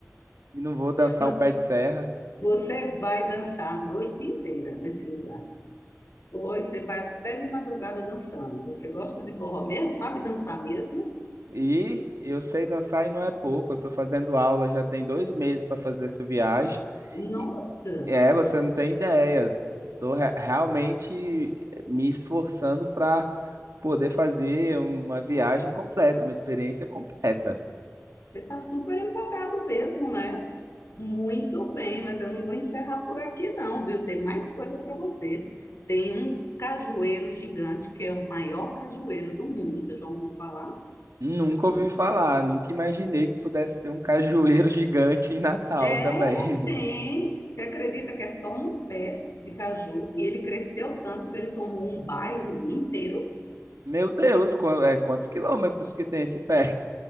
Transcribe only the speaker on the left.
Mas
você vai dançar a noite inteira nesse lugar. Pois você vai até de madrugada dançando. Você gosta de forró mesmo? Sabe dançar mesmo?
Nossa,
você está super empolgado mesmo, né? Muito bem, mas eu não vou encerrar por aqui não, viu? Tem mais coisa para você. Tem um cajueiro gigante que é o maior cajueiro do mundo. Você já ouviu falar?
Aqui
não.
É,
tem. Você acredita que é só um pé de caju e ele cresceu tanto que ele tomou um bairro inteiro?